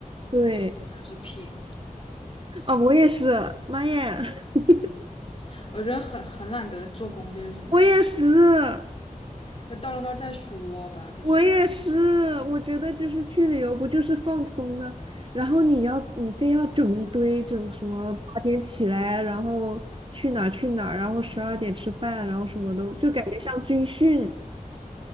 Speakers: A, on the right; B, on the left.
A: 对，
B: 我就想是 P，
A: 啊，我也是，妈耶，<laughs>
B: 我觉得很很懒得做攻略什么的，
A: 我也是，
B: 呃到了那儿再说吧，再说。
A: 我也是，我觉得就是去旅游不就是放松呢？然后你要你非要整一堆，整什么八点起来，然后去哪儿去哪儿，然后十二点吃饭，然后什么的，就感觉像军训。